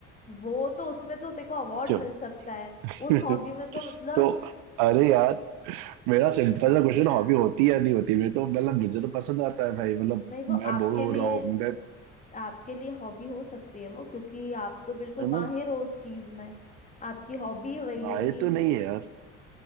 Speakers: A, on the left (about 20°); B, on the right (about 55°).
A: वो तो उसमें तो तेको अवार्ड
B: क्यों
A: मिल सकता है
B: <laughs>
A: उस हॉबी में तो मतलब
B: तो अरे यार मेरा सिंपल सा क्वेश्चन
A: <laughs>
B: हॉबी होती है या नहीं होती मेरे तो मतलब मुझे तो पसंद आता है भाई मतलब
A: नहीं वो
B: मैं
A: आपके
B: बोर हो
A: लिए
B: रहा हूँ मैं
A: आपके लिए हॉबी हो सकती है वो क्योंकि आप तो बिल्कुल
B: है
A: माहिर
B: ना
A: हो उस चीज में आपकी हॉबी वही है
B: आए
A: कि
B: तो नहीं है